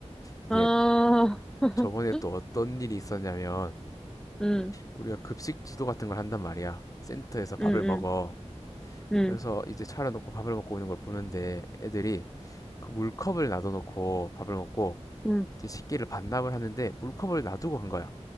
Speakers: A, on the left (about 30°); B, in the centre.
A: 이게
B: 아, <laughs>
A: 저번에 또 어떤 일이 있었냐면
B: 음,
A: 우리가 급식 지도 같은 걸 한단 말이야. 센터에서 밥을
B: 음,
A: 먹어.
B: 음,
A: 그래서 이제 차려놓고 밥을 먹고 오는 걸 보는데 애들이 그 물컵을 놔둬놓고 밥을 먹고
B: 음,
A: 이제 식기를 반납을 하는데 물컵을 놔두고 간 거야.